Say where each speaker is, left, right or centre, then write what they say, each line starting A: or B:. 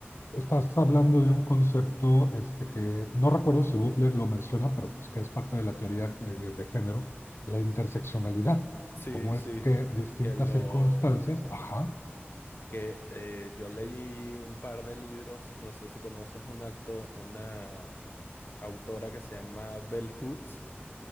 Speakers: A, on the left; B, on the left.
A: Estás hablando de un concepto este, que no recuerdo si Butler lo menciona, pero pues que es parte de la teoría eh, de género, la interseccionalidad.
B: Sí,
A: Cómo
B: sí,
A: es que distintas
B: que lo
A: circunstancias, ajá,
B: que eh, yo leí un par de libros, no sé si conoces un acto, una autora que se llama Bell Hooks.